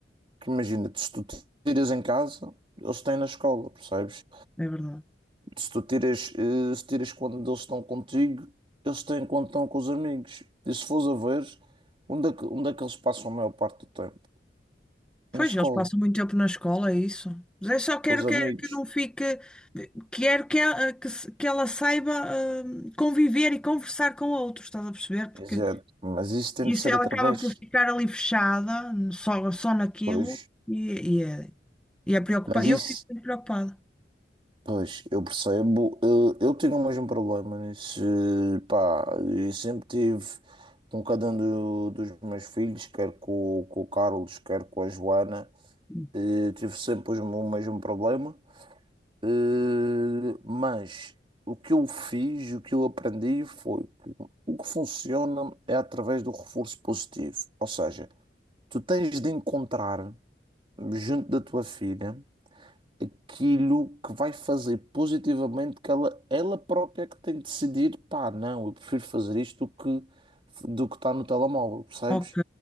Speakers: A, on the right (about 30°); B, in the centre.
A: Que imagina, se tu tiras em casa, eles têm na escola, percebes?
B: É verdade.
A: Se tu tiras, eh, se tiras quando eles estão contigo, eles têm quando estão com os amigos. E se fores a ver, onde é que, onde é que eles passam a maior parte do tempo?
B: Pois,
A: Na escola,
B: eles passam muito tempo na escola, é isso. Mas eu só quero
A: com os
B: que,
A: amigos.
B: que não fique. Quero que ela, que, se- que ela saiba hum, conviver e conversar com outros, estás a perceber? Porque
A: Exato. Mas isso tem
B: isso
A: de ser
B: ela
A: através.
B: acaba por ficar ali fechada, só, só naquilo,
A: Pois.
B: e, e é, e é preocupada.
A: Mas
B: Eu
A: isso,
B: fico muito preocupada.
A: pois, eu percebo. Eu, eu tinha o mesmo problema nisso. eh, Pá, e sempre tive com cada um do- dos meus filhos, quer com, com o Carlos, quer com a Joana,
B: Hum.
A: eh, tive sempre os- o mesmo problema. Eh, mas o que eu fiz, o que eu aprendi foi que o que funciona é através do reforço positivo. Ou seja, tu tens de encontrar junto da tua filha aquilo que vai fazer positivamente que ela, ela própria que tem de decidir, pá, não, eu prefiro fazer isto do que do que está no telemóvel, percebes?
B: Ok.